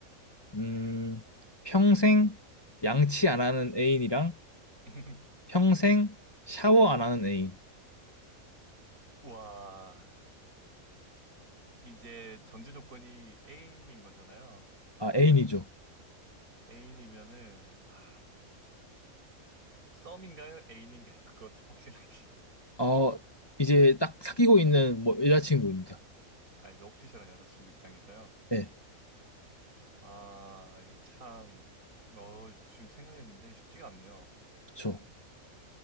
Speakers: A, on the left; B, on the right.
A: 음, 평생 양치 안 하는 애인이랑
B: <laughs>
A: 평생 샤워 안 하는 애인.
B: 와, 이제 전제 조건이 애인인 거잖아요.
A: 아, 애인이죠.
B: 애인이면은, 아, 썸인가요? 애인인가요? <laughs> 그것 좀 확실하게. <laughs>
A: 어, 이제 딱 사귀고 있는 뭐 여자친구입니다.
B: 아, 이제 오피셜한 여자친구 입장에서요.
A: 네,
B: 아, 이게 참, 어, 지금 생각했는데 쉽지가 않네요.
A: 그쵸.